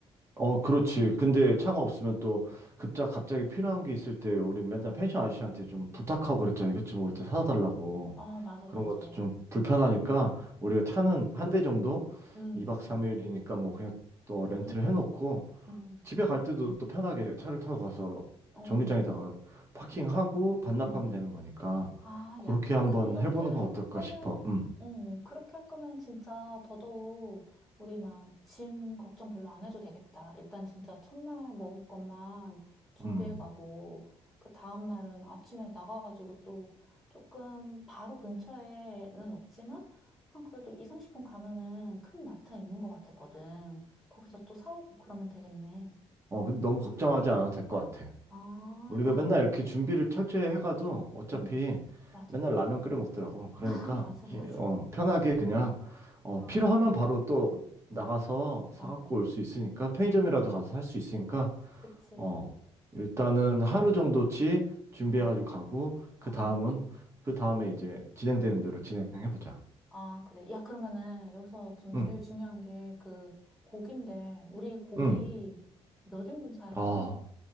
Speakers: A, on the right; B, in the centre.
A: 어, 그렇지. 근데 차가 없으면 또 급작 갑자기 필요한 게 있을 때 우리 맨날 펜션 아저씨한테 좀 부탁하고 그랬잖아. 이것 좀 올 때 사다 달라고.
B: 아, 맞아,
A: 그런
B: 맞아.
A: 것도
B: 어,
A: 좀 불편하니까 우리가 차는 한 대 정도
B: 응,
A: 2박 3일이니까 뭐 그냥 또 렌트를
B: 응, 응,
A: 해놓고
B: 응.
A: 집에 갈 때도 또 편하게 차를 타고 가서
B: 어,
A: 정류장에다가 파킹하고 반납하면
B: 음.
A: 되는 거니까
B: 아,
A: 그렇게
B: 야, 그렇게
A: 한번 해보는
B: 할
A: 건 어떨까
B: 거면,
A: 싶어. 음,
B: 음, 그렇게 할 거면 진짜 더더욱 우리 막 짐 걱정 별로 안 해도 되겠다. 일단 진짜 첫날 먹을 것만 준비해
A: 음.
B: 가고, 그 다음날은 아침에 나가가지고 또 조금 바로 근처에는 없지만, 한 그래도 2, 30분 가면은 큰 마트 있는 것 같았거든. 거기서 또 사오고 그러면 되겠네.
A: 어, 근데 너무 걱정하지 않아도 될 것 같아.
B: 아,
A: 우리가
B: 야,
A: 맨날 이렇게 준비를 철저히 해가도 어차피
B: 음, 맞아.
A: 맨날 라면 끓여 먹더라고. 그러니까
B: <laughs> 아, 맞아,
A: 시-
B: 맞아.
A: 어, 편하게 그냥 어,
B: 어.
A: 필요하면 바로 또 나가서 사갖고
B: 어,
A: 올 수 있으니까 편의점이라도 가서 살 수 있으니까
B: 그치.
A: 어, 일단은 하루 정도치 준비해가지고
B: 어,
A: 가고 그
B: 어.
A: 다음은 그 다음에 이제 진행되는 대로 진행해보자.
B: 아, 그래. 야, 그러면은 여기서 좀
A: 응,
B: 제일 중요한 게 그 고기인데, 우리 고기
A: 응.
B: 몇 인분 사야 되냐?
A: 아,